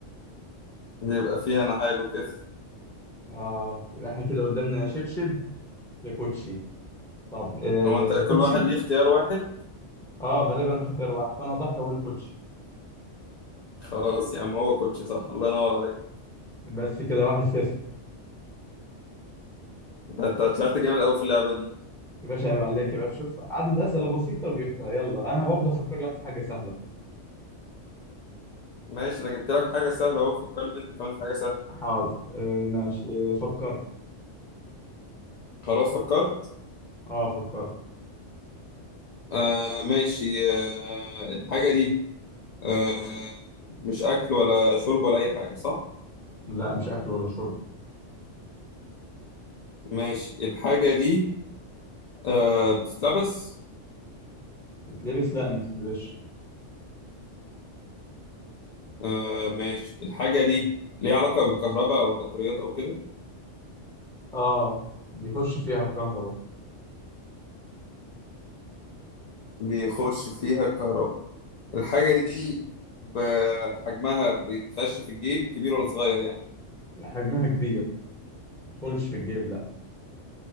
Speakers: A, on the left; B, in the centre.
A: بيبقى فيها نعال وكده
B: اه يبقى احنا كده قدامنا يا شبشب يا كوتشي طب آه
A: هو انت
B: كوتشي
A: كل واحد ليه اختيار واحد
B: اه غالبا اختيار واحد فانا هضحي واقول كوتشي
A: خلاص يا عم هو كوتشي صح الله ينور عليك
B: بس كده واحد صفر
A: انت انت طلعت جامد قوي في اللعبة دي
B: يا باشا عيب عليك يا باشا شوف عدد أسئلة بسيطة وجبتها يلا انا برضه افكر لك في حاجة سهلة
A: ماشي انا جبت لك حاجة سهلة اهو فكر لي انت كمان في حاجة سهلة
B: حاضر آه ماشي آه فكرت
A: خلاص فكرت
B: اه فكرت
A: آه ماشي آه الحاجة دي آه مش اكل ولا شرب ولا اي حاجة صح
B: لا مش اكل ولا شرب
A: ماشي الحاجة دي آه بتتلبس
B: بتلبس لا ما بتتلبسش
A: آه ماشي الحاجة دي ليها علاقة بالكهرباء أو البطاريات أو كده
B: اه بيخش فيها الكهرباء
A: بيخش فيها الكهرباء الحاجة دي بحجمها بيتخش في الجيب كبير ولا صغير يعني
B: لا، حجمها كبير ما بتدخلش في الجيب لا